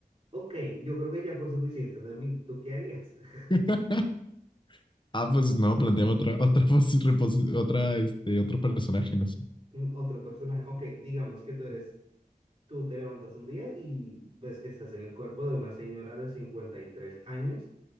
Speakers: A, on the right; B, on the left.
A: ok, yo creo que ya fue suficiente de mí, ¿tú qué harías? <laughs>
B: <laughs> ah, pues no, planteaba otra, otra, posi- reposi- otra, este, otro personaje, no sé.
A: Mm, Otro personaje. Ok, digamos que tú eres, tú te levantas un día y ves que estás en el cuerpo de una señora de 53 años